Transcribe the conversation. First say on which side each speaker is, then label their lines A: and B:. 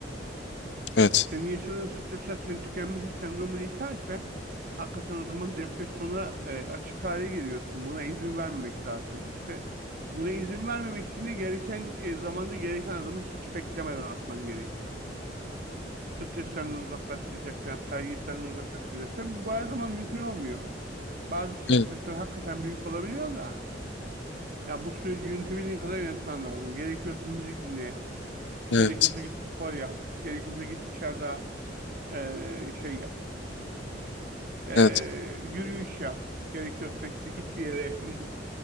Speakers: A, on the left; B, on the right.
A: Evet.
B: Senin yaşadığın stresler senin tükenmişlik sendromunu iterse hakikaten o zaman depresyona e, açık hale geliyorsun. Buna izin vermemek lazım. İşte buna izin vermemek için de gereken e, zamanda gereken adımı hiç beklemeden atman gerekiyor. Stres senden uzaklaştıracak falan, kaygıyı senden uzaklaştıracak. Tabii bu her zaman mümkün olmuyor. Bazı stresler
A: Evet.
B: hakikaten büyük olabiliyor da ya bu süreci yönetebildiğin kadar yönetmen lazım. Gerekiyorsa müzik dinle,
A: Evet.
B: gerekiyorsa git spor yap, gerekiyorsa git dışarıda eee, şey yap, Eee,
A: Evet.
B: yürüyüş yap, gerekiyorsa işte git bir yere müzik